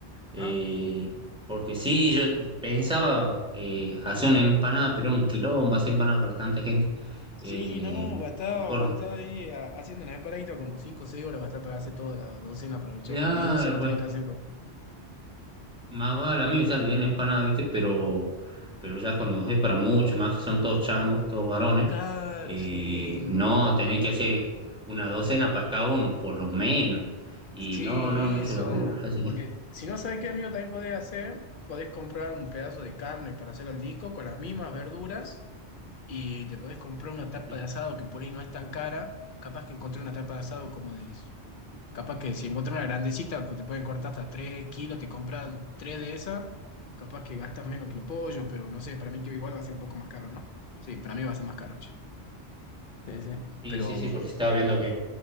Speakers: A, in the centre; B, on the left (about 55°).
A: eh,
B: Ah.
A: porque sí, yo pensaba eh, hacer una empanada, pero un quilombo hacer empanada para tanta gente.
B: Sí,
A: Eh,
B: no, va a estar,
A: mejor,
B: va a estar ahí a- haciendo las empanaditas como cinco o 6 horas, va a estar para hacer todas las docenas para el luchar,
A: claro,
B: como 10 docenas
A: pues,
B: tenés que hacer. co-
A: Más vale, a mí me sale bien la empanada, ¿viste? Pero, pero ya cuando es para mucho, más que son todos changos, todos varones,
B: Claro,
A: eh,
B: sí.
A: no, tenés que hacer una docena para cada uno, por lo menos. Y
B: Sí,
A: no, no es mucho
B: eso.
A: laburo, así
B: Porque
A: que...
B: si no sabes qué, amigo, también podés hacer, podés comprar un pedazo de carne para hacer al disco con las mismas verduras y te podés comprar una tapa
A: ujú.
B: de asado que por ahí no es tan cara. Capaz que encontré una tapa de asado como de... Capaz que si encontré una grandecita, pues te pueden cortar hasta 3 kilos, te compras 3 de esas capaz que gastas menos que el pollo, pero no sé, para mí que igual va a ser un poco más caro, ¿no? Sí, para mí va a ser más caro, che. Sí, sí.
A: Sí,
B: Pero...
A: sí, sí,
B: Sí,
A: porque
B: sí,
A: estaba viendo que